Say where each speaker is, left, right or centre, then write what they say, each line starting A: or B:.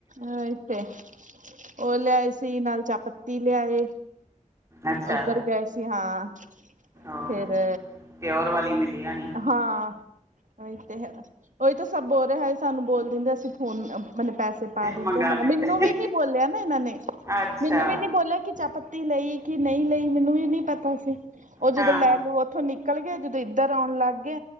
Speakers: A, on the right; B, on the right.
A: ਓਈ ਤੇ, ਓ ਲੇਆਏ ਸੀ ਨਾਲ ਚਾਅਪੱਤੀ ਲਿਆਏ
B: ਅੱਛਾ
A: ਓਦੱਰ ਗਏ ਸੀ ਹਾਂ,
B: ਉਹ
A: ਫੇਰ
B: ਪਿਓਰ ਵਾਲੀ ਮਿਲੀ ਯਾਣੀ।
A: ਹਾਂ। ਓਈ ਤੇ, ਓਈ ਤੇ ਸਬ ਬੋਲ ਰੇ, ਹਾਏ ਸਾਨੂੰ ਬੋਲ ਦਿੰਦੇ ਅਸੀ ਫੋਨ ਮ ਮਨੇ ਪੈਸੇ ਪਾ ਦਿੰਦੇ
B: ਮੰਗਾ
A: ਮ,
B: ਲੈਂਦੇ
A: ਮਿਨੂੰ ਵੀ ਨੀ ਬੋਲੇਆ ਨਾ ਇਨਾਂ ਨੇ,
B: ਅੱਛਾ
A: ਮਿਨੂੰ ਵੀ ਨੀ ਬੋਲੇਆ ਕਿ ਚਾਅਪਤ ਤੀ ਲਈ ਕਿ ਨਹੀ ਲਈ, ਮੈਨੂੰ ਵੀ ਨੀ ਪਤਾ ਸੀ, ਓ
B: ਹਾਂ
A: ਜਦੋਂ ਲੈਨੂ ਓਥੋਂ ਨਿਕਲ ਗਏ ਜਦੋਂ ਇਦੱਰ ਲੌਨ ਲਾੱਗ ਗੇ,